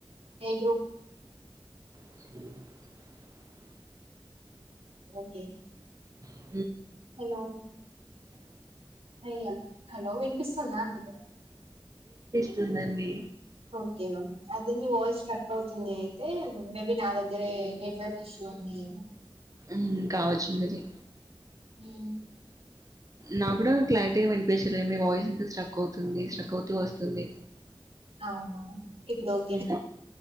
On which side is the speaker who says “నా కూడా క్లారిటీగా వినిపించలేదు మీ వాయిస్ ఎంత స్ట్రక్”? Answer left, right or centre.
Right